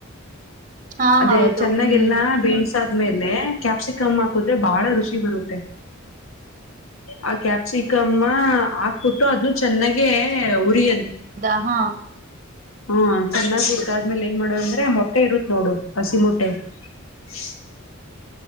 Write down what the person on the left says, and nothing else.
ಅದೇ
ಚೆನ್ನಾಗೆಲ್ಲ
ಬೇಸ್ ಆದ್ಮೇಲೆ ಕ್ಯಾಪ್ಸಿಕಮ ಹಾಕದ್ರೆ ಬಹಳ ರುಚಿ ಬರುತ್ತೆ ಆ ಕ್ಯಾಪ್ಸಿಕಮ ಹಾ ಕೊಟ್ಟು ಅದನ್ನು ಚೆನ್ನಾಗೆ ಉರಿ
ಹಾ ಚೆನ್ನಾಗಿರು ಆದ್ಮೇಲೆ ಏನ್ ಮಾಡು ಅಂದ್ರೆ ಮಟ್ಟೆ ಇರುತ್ತತ್ ನೋಡು ಹಸಿ ಮೊಟ್ಟೆ ಟ್ಟೆ